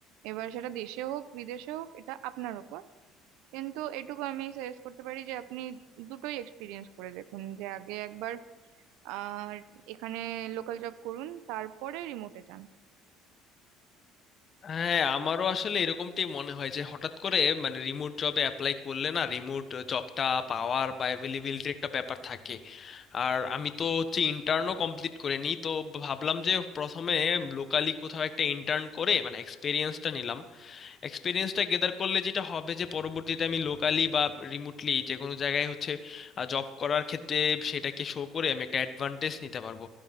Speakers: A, on the right (about 75°); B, on the left (about 45°).
A: এবার সেটা দেশে হোক বিদেশে হোক এটা আপনার উপর কিন্তু এটুকু আমি সাজেস্ট করতে পারি যে আপনি দুটোই এক্সপিরিয়েন্স করে দেখুন যে আগে একবার আর এখানে লোকাল জব করুন তারপরে রিমোটে যান
B: হ্যাঁ আমারও আসলে এরকমটাই মনে হয় যে হঠাৎ করে মানে রিমোট জবে অ্যাপ্লাই করলে না রিমোট জবটা পাওয়ার বা অ্যাভেলেবিলিটির একটা ব্যাপার থাকে আর আমি তো হচ্ছে ইন্টার্নও কমপ্লিট করে নিই তো ভাবলাম যে প্রথমে লোকালি কোথাও একটা ইন্টার্ন করে মানে এক্সপিরিয়েন্সটা নিলাম এক্সপিরিয়েন্সটা গেদার করলে যেটা হবে যে পরবর্তীতে আমি লোকালি বা রিমোটলি যে কোনো জায়গায় হচ্ছে জব করার ক্ষেত্রে সেটাকে শো করে আমি একটা অ্যাডভান্টেজ নিতে পারবো